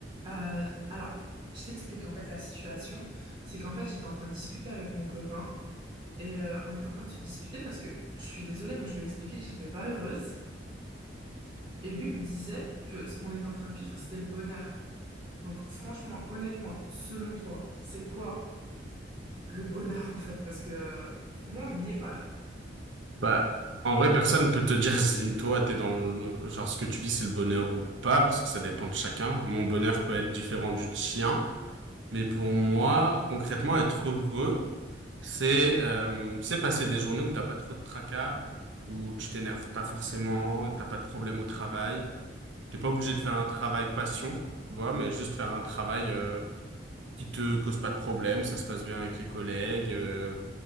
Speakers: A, on the right; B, on the right.
A: Euh, alors, je t'explique en fait la situation. C'est qu'en fait, j'étais en train de discuter avec mon copain et euh, on est en train de se disputer parce que je suis désolée, moi je lui ai expliqué que j'étais pas heureuse et lui il me disait que ce qu'on était en train de vivre, c'était le bonheur. Donc, franchement, honnêtement, selon toi, c'est quoi le bonheur en fait? Parce que euh, pour moi, on n'y est pas là.
B: Bah, en vrai, personne peut te dire si toi, t'es dans le, genre, ce que tu vis, c'est le bonheur ou pas, parce que ça dépend de chacun. Mon bonheur peut être différent du tien, mais pour moi, concrètement, être heureux, c'est, euh, c'est passer des journées où t'as pas trop de tracas, où tu t'énerves pas forcément, t'as pas de problème au travail. T'es pas obligé de faire un travail passion, tu vois, mais juste faire un travail, euh, qui te cause pas de problème, ça se passe bien avec les collègues, euh,